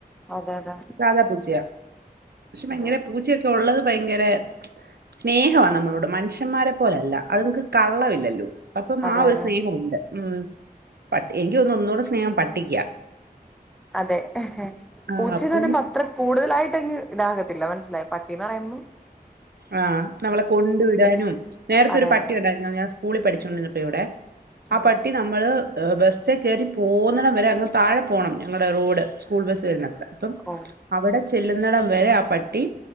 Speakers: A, in the centre; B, on the right (about 80°).
A: അതെ അതെ
B: സാധാ പൂച്ചയാ പക്ഷേ ഭയങ്കര
A: അതെ
B: പൂച്ചയൊക്കെ ഉള്ളത് ഭയങ്കര സ്നേഹവാ നമ്മ നമ്മളോട് മനുഷന്മാരെ പോലല്ല അത്ങ്ങക്ക് കള്ളവില്ലല്ലോ അപ്പം
A: അതെ
B: ആഹ്
A: അതെ
B: ഒരു സ്നേഹ ഉണ്ട് ഉം പ എനിക്ക് ഒന്ന് ഒന്നൂടെ സ്നേഹം പട്ടിക്കാ
A: അതെ എഹ്
B: ആഹ്
A: പൂച്ചനൊരു
B: പൂ
A: പത്രക് കൂടുതലായിട്ടങ്ങ് ഇണ്ടാകത്തില്ല മനസ്സിലായൊ പട്ടിന്നറയുമ്പോ
B: ആഹ് നമ്മളെ കൊണ്ടു വിടാനും
A: എക്സ്
B: നേരത്തെ
A: അതെ
B: ഒരു പട്ടിഉണ്ടായിന്നു
A: അതെ
B: ഞ ഞാൻ സ്കൂളിൽ പഠിച്ചോണ്ടിന്നപ്പോ എവിടെ ആഹ്
A: ആ
B: പട്ടി നമ്മള് എഹ് ബെസ് ബസ്സേകേറി പോന്നണം വരെ അങ്ങ് സ്താഴെ പോണം ഞങ്ങടെ റോഡ് സ്കൂൾബസ് വരുന്നെട്ത്ത് പ്പം
A: ഓ
B: അവടെ ചെല്ലുന്നടം വരെ ആഹ് പട്ടി